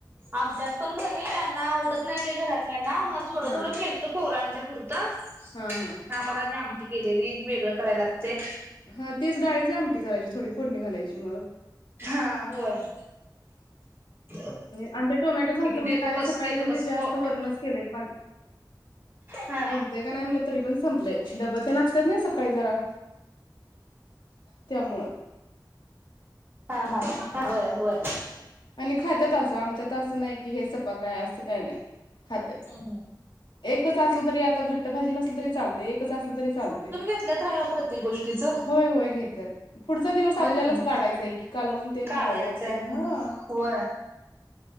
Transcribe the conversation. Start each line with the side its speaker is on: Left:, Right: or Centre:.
Right: आमच्यात पण घ नाही यांना आवडत नाही लय घरातल्याना मग थोडं
Left: हा
Right: थोडं केल पोरांच्या पुरतं
Left: हा हा
Right: आम्हाला आणि आमटी केलेली वेगळं करायला लागतेय.
Left: हा तेच डाळीची आमटी करायची थोडी फोडणी घालायची मग
Right: हा होय. <inaudible>
Left: आमच्यात टोमॅटो झालत म्हणून
Right: देतो
Left: काय
Right: बस
Left: सकाळी
Right: देतो
Left: म्हणजे
Right: बस
Left: जास्त
Right: मो
Left: वरणच केलं एक
Right: हा
Left: ते का नाही म्हटलं तरी पण संपलंय डबं तेन असतात नाही सकाळी जरा त्यामुळं.
Right: हा हा, होय-होय
Left: आणि खात्यात असं आमच्यात असं नाही की हे सपाक हाय असं काय नाही खात्या
Right: हं हं
Left: एकच असलं तरी आता घट्ट भाजी नसल तरी चाल ते एकच असलं तरी चालतेय,
Right: समजून घेतलंत राहावा प्रत्येक गोष्टीच
Left: होय होय घेत्यात. पुढचा दिवस
Right: होय
Left: आपल्यालाच
Right: का नाही.
Left: काढायचा आहे की कालवंण तेन
Right: काढायचंय
Left: माळवं तेन
Right: मग
Left: हा.
Right: होय